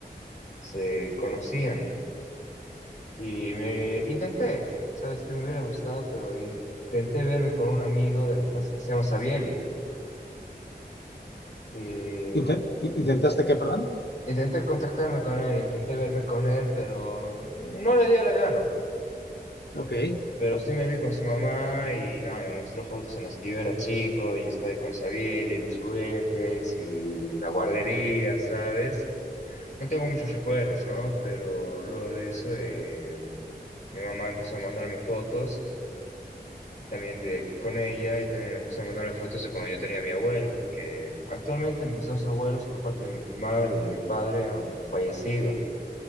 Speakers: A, on the left; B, on the left.
A: se conocían. Y me intenté, sabes que me hubiera gustado, pero intenté verme con un amigo de la infancia que se llama Sabieli. Eh,
B: Inte- ¿Intentaste qué, perdón?
A: intenté contactarme con él, intenté verme con él, pero no le dio la gana.
B: Ok,
A: Pero sí me vi con su mamá y nada, me mostró fotos en las que yo era chico y estaba ahí con Sabieli, los juguetes y la guardería, ¿sabes? No tengo muchos recuerdos, ¿no? Pero luego de eso, eh, mi mamá empezó a mandarme fotos. también de, con ella y también empezó a mandarme fotos de cuando yo tenía a mi abuelo, porque actualmente mis dos abuelos por parte de mi madre y de mi padre han fallecido.